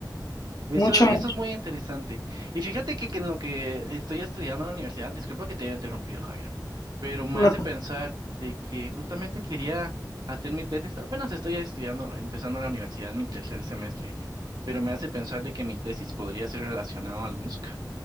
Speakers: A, on the right; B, on the left.
A: Eso,
B: Mucho, mucho.
A: eso es muy interesante. Y fíjate que, que en lo que estoy estudiando en la universidad, disculpa que te haya interrumpido, Javier. pero me
B: No,
A: hace pensar de que justamente quería hacer mi tesis, apenas estoy estudiando, empezando la universidad, mi tercer semestre, pero me hace pensar de que mi tesis podría ser relacionado a la música.